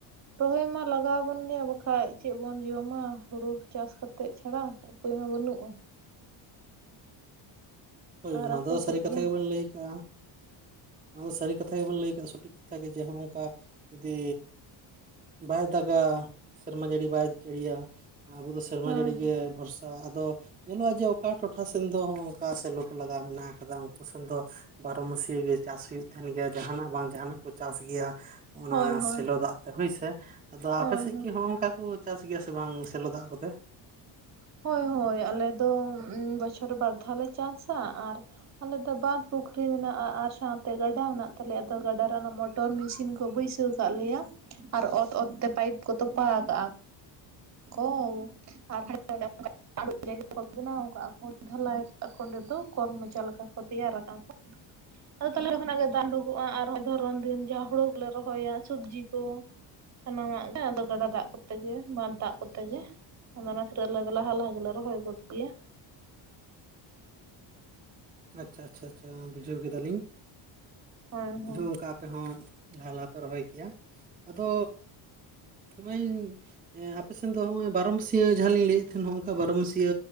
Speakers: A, on the right; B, on the right.
A: ᱨᱚᱦᱚᱭ ᱢᱟ ᱞᱟᱜᱟᱣ ᱟᱵᱚᱱ ᱜᱮᱭᱟ ᱵᱟᱠᱷᱟᱡ ᱪᱮᱫ ᱵᱚᱱ ᱡᱚᱢᱟ ᱦᱩᱲᱩ ᱪᱟᱥ ᱠᱟᱛᱮᱜ ᱪᱷᱟᱲᱟ ᱾ ᱩᱯᱟᱹᱭ ᱢᱟ ᱵᱟᱹᱱᱩᱜᱼᱟ ᱾
B: ᱦᱳᱭ
A: ᱟᱨ
B: ᱚᱱᱟ
A: ᱟᱯᱮ
B: ᱫᱚ ᱥᱟᱹᱨᱤ
A: ᱥᱮᱫ
B: ᱠᱟᱛᱷᱟ
A: ᱜᱮ
B: ᱜᱮᱵᱤᱱ ᱞᱟᱹᱭ ᱠᱟᱜ-ᱟ ᱾ ᱚᱱᱟ ᱫᱚ ᱥᱟᱹᱨᱤ ᱠᱟᱛᱷᱟ ᱜᱮᱵᱮᱱ ᱞᱟᱹᱭ ᱠᱟᱜ-ᱟ ᱥᱚᱴᱷᱤᱠ ᱠᱟᱛᱷᱟ ᱜᱮ ᱡᱮ ᱦᱚᱜᱚᱝᱠᱟ ᱡᱩᱫᱤ ᱵᱟᱭ ᱫᱟᱜᱟ ᱥᱮᱨᱢᱟ ᱡᱟᱹᱲᱤ ᱵᱟᱭ ᱡᱟᱹᱲᱤᱭᱟ ᱟᱵᱚ ᱫᱚ ᱥᱮᱨᱢᱟ
A: ᱦᱮᱸ
B: ᱡᱟᱹᱲᱤ ᱜᱮ ᱵᱷᱚᱨᱥᱟ ᱟᱫᱚ ᱧᱮᱞᱚᱜᱟ ᱡᱮ ᱚᱠᱟ ᱴᱚᱴᱷᱟ ᱥᱮᱱ ᱫᱚ ᱦᱚᱜᱚᱝᱠᱟ ᱥᱮ ᱠᱚ ᱞᱟᱜᱟᱣ ᱢᱮᱱᱟᱜ ᱠᱟᱫᱟ ᱩᱱᱠᱩ ᱥᱮᱱ ᱫᱚ ᱵᱟᱨᱚ ᱢᱟᱹᱥᱤᱭᱟ ᱜᱮ ᱪᱟᱥ ᱦᱩᱭᱩᱜ ᱛᱟᱦᱮᱱ ᱜᱮᱭᱟ ᱡᱟᱦᱟᱱᱟᱜ ᱵᱟᱝ ᱡᱟᱦᱟᱱᱟᱜ ᱠᱚ ᱪᱟᱥ ᱜᱮᱭᱟ᱾ ᱦᱚᱜᱱᱟ
A: ᱦᱳᱭ ᱦᱳᱭ
B: ᱥᱮᱞᱳ ᱫᱟᱜ ᱛᱮ ᱦᱩᱭ ᱥᱮ ᱟᱫᱚ ᱟᱯᱮ
A: ᱦᱳᱭ
B: ᱥᱮᱫ ᱠᱤ ᱦᱚᱸᱜᱚᱝᱠᱟ ᱠᱚ ᱪᱟᱥ ᱜᱮᱭᱟ ᱥᱮ ᱵᱟᱝ ᱥᱮᱞᱳ ᱫᱟᱜ ᱠᱚᱛᱮ?
A: ᱦᱳᱭ ᱦᱳᱭ ᱟᱞᱮ ᱫᱚ ᱵᱚᱪᱷᱚᱨ ᱨᱮ ᱵᱟᱨ ᱫᱷᱟᱣ ᱞᱮ ᱪᱟᱥᱟ ᱟᱨ ᱟᱞᱮ ᱫᱚ ᱵᱟᱸᱫ ᱯᱩᱠᱷᱨᱤ ᱢᱮᱱᱟᱜᱼᱟ ᱟᱨ ᱥᱟᱶᱛᱮ ᱜᱟᱰᱟ ᱢᱮᱱᱟᱜ ᱛᱟᱞᱮᱭᱟ ᱟᱫᱚ ᱜᱟᱰᱟ ᱨᱮ ᱚᱱᱟ ᱢᱚᱴ ᱴᱚᱨ ᱢᱤᱥᱤᱱ ᱠᱚ ᱵᱟᱹᱭᱥᱟᱹᱣ ᱠᱟᱫ ᱞᱮᱭᱟ ᱟᱨ ᱚᱛ ᱚᱛ ᱛᱮ ᱯᱟᱭᱤᱯ ᱠᱚ ᱛᱚᱯᱟ ᱠᱟᱜ-ᱟ᱾ ᱠᱚ ᱟᱨ <unintelligible> <inaudible> ᱡᱟᱭᱜᱟ ᱠᱚ ᱵᱮᱱᱟᱣ ᱟᱜ-ᱟ ᱠᱚ ᱰᱷᱟᱞᱟᱭ ᱠᱟᱜᱟ ᱠᱚ ᱚᱸᱰᱮ ᱫᱚ ᱠᱚᱞ ᱢᱚᱪᱟ ᱞᱮᱠᱟ ᱠᱚ ᱛᱮᱭᱟᱨ ᱟᱠᱜ-ᱟ ᱠᱚ᱾ ᱟᱫᱚ ᱛᱟᱦᱚᱞᱮ ᱚᱱᱰᱮ ᱠᱷᱚᱱᱟᱜ ᱜᱮ ᱫᱟᱜ ᱳᱰᱳᱠᱚᱜᱟ ᱟᱨ ᱦᱚᱸᱜᱚᱭ ᱫᱷᱚᱨᱚᱱ ᱫᱤᱱ ᱡᱟᱦᱟᱸ ᱦᱳᱲᱳ ᱠᱚᱞᱮ ᱨᱚᱦᱚᱭᱟ ᱥᱚᱵᱽᱡᱤ ᱠᱚ ᱥᱟᱱᱟᱢᱟᱜ ᱜᱮ ᱟᱫᱚ ᱜᱟᱰᱟ ᱫᱟᱜ ᱠᱚᱛᱮ ᱜᱮ ᱵᱟᱸᱫᱷ ᱫᱟᱜ ᱠᱚᱛᱮ ᱜᱮ ᱚᱱᱟ ᱠᱷᱟᱛᱤᱨ ᱜᱮ ᱞᱟᱦᱟ ᱞᱟᱦᱟ ᱜᱮᱞᱮ ᱨᱚᱦᱚᱭ ᱜᱚᱫ ᱜᱮᱭᱟ᱾
B: ᱟᱪᱷᱟ ᱟᱪᱷᱟ ᱟᱪᱷᱟ ᱵᱩᱡᱷᱟᱹᱣ ᱠᱮᱫᱟᱞᱤᱧ,
A: ᱦᱳᱭ ᱦᱳᱭ
B: ᱱᱚᱝᱠᱟ ᱟᱯᱮ ᱦᱚᱸ ᱞᱟᱦᱟ ᱞᱟᱦᱟ ᱯᱮ ᱨᱚᱦᱚᱭ ᱠᱮᱜ-ᱟ ᱟᱫᱚ ᱱᱚᱜᱚᱭ ᱮᱸᱜ ᱟᱯᱮ ᱥᱮᱱ ᱫᱚ ᱱᱚᱜᱚᱭ ᱵᱟᱨᱚ ᱢᱟᱹᱥᱤᱭᱟᱹ ᱡᱟᱦᱟᱸ ᱞᱤᱧ ᱞᱟᱹᱭᱮᱫ ᱛᱟᱦᱮᱸᱱ ᱦᱚᱸᱜᱚᱝᱠᱟ ᱵᱟᱨᱚ ᱢᱟᱹᱥᱤᱭᱟᱹ